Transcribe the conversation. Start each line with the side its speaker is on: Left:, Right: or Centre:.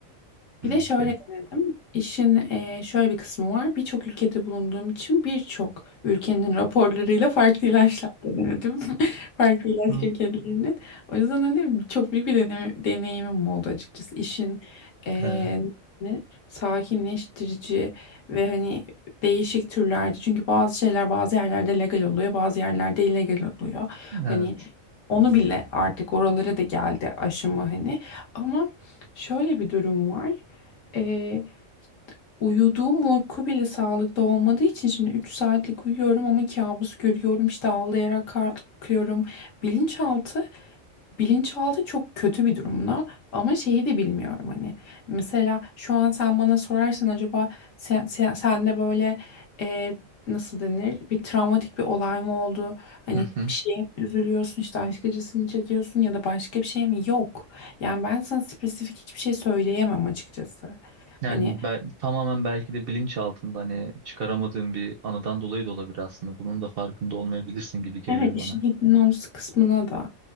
Right: hı,
Left: Bir de şöyle
Right: den-
Left: denedim. İşin eee, şöyle bir kısmı var. Birçok ülkede bulunduğum için birçok ülkenin raporlarıyla farklı ilaçlar da denedim. <laughs> Farklı ilaç
Right: <laughs>
Left: şirketlerinin. O yüzden hani çok büyük bir deneyim- deneyimim oldu açıkçası. İşin eee,
Right: Hı.
Left: ne- sakinleştirici ve hani değişik türlerde. Çünkü bazı şeyler bazı yerlerde legal oluyor, bazı yerlerde illegal oluyor.
Right: Evet.
Left: Hani onu bile artık oralara da geldi aşımı hani. Ama şöyle bir durum var. Ee, uyuduğum uyku bile sağlıklı olmadığı için şimdi 3 saatlik uyuyorum ama kabus görüyorum işte ağlayarak kalkıyorum. Bilinçaltı, bilinçaltı çok kötü bir durumda ama şeyi de bilmiyorum hani. Mesela şu an sen bana sorarsan acaba sen, sen, sende böyle e, nasıl denir bir travmatik bir olay mı oldu? Hani
Right: Hı hı.
Left: bir şeye mi üzülüyorsun işte aşk acısı mı çekiyorsun ya da başka bir şey mi? Yok. Yani ben sana spesifik hiçbir şey söyleyemem açıkçası.
Right: Yani
Left: Hani
Right: bel- tamamen belki de bilinç altında hani çıkaramadığım bir anıdan dolayı da olabilir aslında. Bunun da farkında olmayabilirsin gibi geliyor
Left: Evet işin
Right: bana.
Left: hipnoz kısmına da